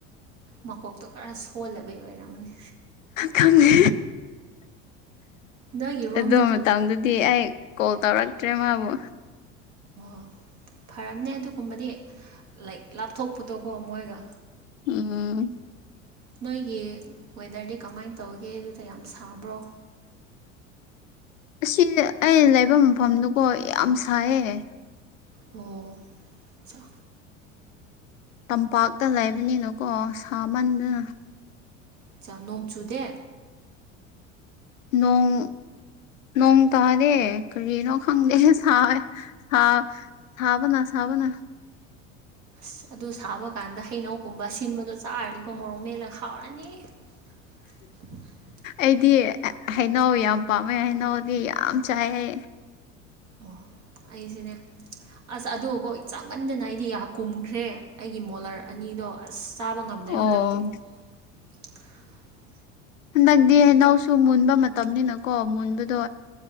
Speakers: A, on the right (about 45°); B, on the left (about 80°).
A: ꯃꯀꯣꯛꯇꯣ ꯈꯔ ꯁꯣꯜꯂꯕꯩ ꯑꯣꯏꯔꯝꯃꯅꯤ
B: ꯈꯪꯗꯦ
A: ꯅꯣꯏꯒꯤ ꯔꯣꯝꯗꯗꯤ
B: ꯑꯗꯨ ꯃꯇꯝꯗꯗꯤ ꯑꯩ ꯀꯣꯜ ꯇꯧꯔꯛꯇ꯭ꯔꯦ ꯃꯥꯕꯨ
A: ꯑꯣ ꯐꯔꯕꯅꯦ ꯑꯗꯨꯒꯨꯝꯕꯗꯤ ꯂꯥꯏꯛ ꯂꯥꯞꯊꯣꯛꯄꯗꯣꯀꯣ ꯃꯣꯏꯒ
B: ꯎꯝ
A: ꯅꯣꯏꯒꯤ ꯋꯦꯗꯔꯗꯤ ꯀꯃꯥꯏꯅ ꯇꯧꯒꯦ ꯑꯗꯨꯗ ꯌꯥꯝ ꯁꯥꯕ꯭ꯔꯣ
B: ꯑꯁꯤ ꯑꯩ ꯂꯩꯕ ꯃꯐꯝꯗꯨꯀꯣ ꯌꯥꯝ ꯁꯥꯏꯌꯦ
A: ꯑꯣ ꯆ
B: ꯇꯝꯄꯥꯛꯇ ꯂꯩꯕꯅꯤꯅꯀꯣ ꯁꯥꯃꯟꯗꯨꯅ
A: ꯏꯆꯥ ꯅꯣꯡ ꯆꯨꯗꯦ
B: ꯅꯣꯡ ꯅꯣꯡ ꯇꯥꯗꯦ ꯀꯔꯤꯅꯣ ꯈꯪꯗꯦ ꯁꯥꯏꯌꯦ ꯁꯥ ꯁꯥꯕꯅ ꯁꯥꯕꯅ
A: ꯑꯁ ꯑꯗꯨ ꯁꯥꯕ ꯀꯥꯟꯗ ꯍꯩꯅꯧꯒꯨꯝꯕ ꯑꯁꯤꯟꯕꯗꯣ ꯆꯥꯔꯅꯤꯀꯣ ꯃꯣꯔꯣꯛ ꯃꯦꯜꯂ ꯈꯥꯎꯔꯅꯤ <inaudible>
B: ꯑꯩꯗꯤ ꯍꯩꯅꯎ ꯌꯥꯝ ꯄꯥꯝꯃꯦ ꯍꯩꯅꯎꯗꯤ ꯌꯥꯝ ꯆꯥꯏꯌꯦ
A: ꯑꯣ ꯑꯩꯁꯨꯅꯦ ꯑꯁ ꯑꯗꯨꯀꯣ ꯆꯥꯃꯟꯗꯅ ꯑꯩꯗꯤ ꯌꯥꯝ ꯀꯨꯝꯈ꯭ꯔꯦ ꯑꯩꯒꯤ ꯃꯣꯂꯔ ꯑꯅꯤꯗꯣ ꯑꯁ ꯆꯥꯕ ꯉꯝꯗ꯭ꯔꯦ
B: ꯑꯣ
A: ꯍꯟꯗꯛꯇꯤ <inaudible>
B: ꯍꯟꯗꯛꯇꯤ ꯍꯩꯅꯧꯁꯨ ꯃꯨꯟꯕ ꯃꯇꯝꯅꯤꯅꯀꯣ ꯃꯨꯟꯕꯗꯣ